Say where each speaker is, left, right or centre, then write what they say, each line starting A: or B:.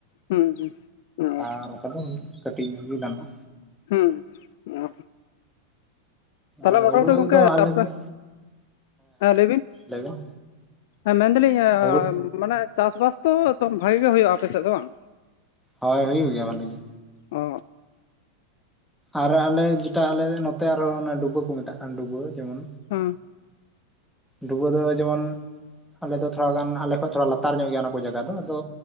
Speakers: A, on the left (about 50°); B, in the centre.
A: ᱦᱩᱸ ᱦᱩᱸ
B: ᱟᱨ ᱵᱟᱠᱷᱟᱱ ᱫᱚ ᱢᱤᱫ ᱠᱟᱹᱴᱤᱡ ᱧᱚᱜ ᱜᱮ ᱫᱟᱱᱟ-ᱟ᱾
A: ᱦᱩᱸ ᱦᱩᱸ ᱚ᱾ ᱛᱟᱦᱚᱞᱮ
B: ᱟᱨ
A: ᱢᱳᱴᱟᱢᱩᱴᱤ
B: ᱦᱩᱲᱩ
A: ᱜᱚᱢᱠᱮ
B: ᱫᱚ ᱟᱞᱮ
A: ᱟᱯᱮ
B: ᱦᱮᱸ
A: ᱦᱮᱸ ᱞᱟᱹᱭ ᱵᱤᱱ?
B: ᱞᱟᱹᱭᱵᱮᱱ
A: ᱦᱮᱸ ᱢᱮᱱᱫᱟᱞᱤᱧ
B: ᱦᱩᱲᱩ
A: ᱢᱟᱱᱮ ᱪᱟᱥᱼᱵᱟᱥ ᱛᱚ ᱫᱚᱢ ᱵᱷᱟᱜᱮ ᱜᱮ ᱦᱩᱭᱩᱜᱼᱟ ᱟᱯᱮ ᱥᱮᱫ ᱫᱚ ᱵᱟᱝ?
B: ᱦᱳᱭ ᱦᱩᱭᱩᱜ ᱜᱮᱭᱟ ᱵᱷᱟᱹᱞᱤ ᱜᱮ᱾
A: ᱚ᱾
B: ᱟᱨ ᱟᱞᱮ ᱡᱮᱴᱟ ᱟᱞᱮ ᱱᱚᱛᱮ ᱟᱨᱦᱚ ᱚᱱᱟ ᱰᱩᱵᱟᱹ ᱠᱚ ᱢᱮᱛᱟᱜ ᱠᱟᱱ ᱰᱩᱵᱟᱹ ᱡᱮᱢᱚᱱ
A: ᱦᱩᱸ᱾
B: ᱰᱩᱵᱟᱹ ᱫᱚ ᱡᱮᱢᱚᱱ ᱟᱞᱮ ᱫᱚ ᱛᱷᱚᱲᱟ ᱜᱟᱱ ᱟᱞᱮ ᱠᱷᱚᱱ ᱛᱷᱚᱲᱟ ᱞᱟᱛᱟᱨ ᱧᱚᱜ ᱜᱮᱭᱟ ᱚᱱᱟ᱾ ᱯᱟᱹ ᱡᱟᱜᱟ ᱫᱚ ᱟᱫᱚ